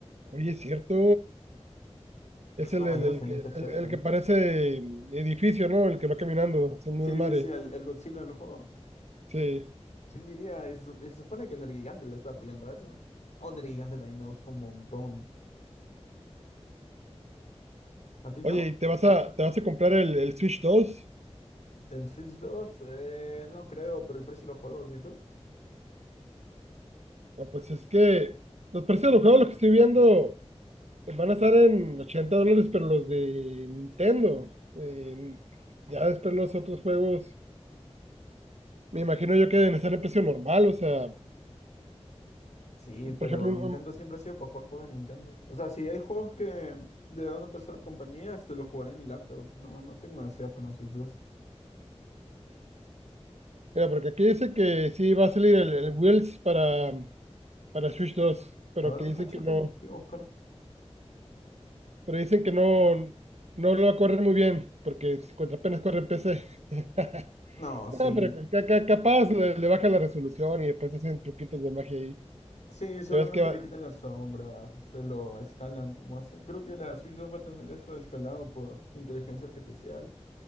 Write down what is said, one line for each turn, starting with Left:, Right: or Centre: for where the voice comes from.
Right: Oye, es cierto,
Left: El
Right: Es
Left: Saramagdros
Right: el, el, el
Left: también
Right: que
Left: está chévere.
Right: el- el que parece mm, edificio, ¿no? El que va caminando haciendo
Left: Sí,
Right: un desmadre.
Left: sí, sí, el, el Godzilla del juego.
Right: Sí.
Left: ¿Quién diría? Y Se, sup- y se supone que Nergigante le está peleando a eso. Oh, Nergigante también me gustó un montón. ¿A ti no?
Right: Oye, ¿y te vas a, te vas a comprar el, el Switch dos
Left: ¿El Sims dos Eh, no creo, pero el precio de los juegos, ¿y tú?
Right: No, pues es que los precios de los juegos, los que estoy viendo, van a estar en 80 dólares, pero los de Nintendo. Eh, ya después los otros juegos, me imagino yo que deben estar en precio normal. O sea,
Left: Sí, pero
Right: por ejemplo, un-
Left: Nintendo
Right: un-
Left: siempre ha sido para jugar juegos de Nintendo. O sea, si hay juegos que de una tercera compañía, este lo jugaré en mi laptop. No, no tengo necesidad para una Switch dos
Right: mira, porque aquí dice que sí va a salir el, el Wheels para, para Switch dos pero
Left: A ver,
Right: que
Left: deja
Right: dicen
Left: Chaco,
Right: que no.
Left: digo, Oscar.
Right: pero dicen que no, no lo corre muy bien, porque contra apenas corre en P C. <laughs>
Left: No,
Right: no,
Left: sí.
Right: pero ca- ca- capaz le, le baja la resolución y después hacen truquitos de magia ahí.
Left: Sí, seguramente
Right: Ya ves que va.
Left: le quitan las sombras, este lo escalan como hacen. Creo que la Switch 2 va a tener eso escalado por inteligencia artificial.